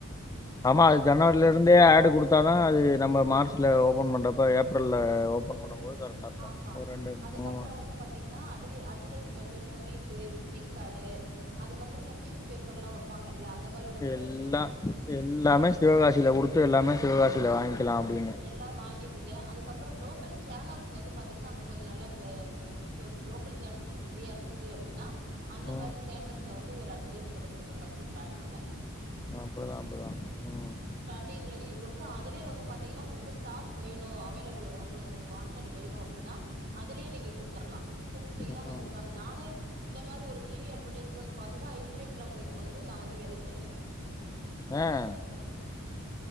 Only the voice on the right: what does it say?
ஃபர்ஸ்ட்டு
ஒரு
ஆமா
அதுக்கப்புறோ
வந்து பாத்தீங்கன்னா அட்வ அட்வடைஸ்மெண்டு நோட்டீஸு விசிட்டிங் கார்டு அதுக்கப்புறோ இந்த நியூஸ் பேப்பர்ல்லா வப்பாங்கல்ல அந்த மாரி ஒரு
எல்லா வாங்கிக்கங்க அதுக்கப்புறோ லோக்கல் சேனல்ஸ் வந்து பாத்தீங்ன்னா அங்க கொஞ்ச நல்லா கே சோ லோக்கல் சேனல்ஸு பிஸியா இருந்துச்சு அப்டின்னா அந்த
மாரி சேனல்ஸ்ல வந்து ஒரு அட்வடைஸ்மெண்ட் கொடுங்க ஃபஸ்ட் ஸ்டார்டிங்ல
ஸ்டாரிங்ல நீங்க கொடுத்து அதுலயு வந்து பாத்தீங்கன்னா உங்களுக்கு ஸ்டாஃப் வேணு அவைலபிள் உங்களுக்கு வேணு அப்டின்னா அதுலயே நீங்க கொடுத்துரலா குடுத்துட்டீங்கன்னா
வந்துருவாங்க நானே இந்த மாரி ஒரு டிவி அட்வர்டைஸ் ஸ்மென்ட் பாத்துதா ஐஸ்வர்யம் டிரக்குக்கு வந்து நா வந்து வேலைக்கு வந்தே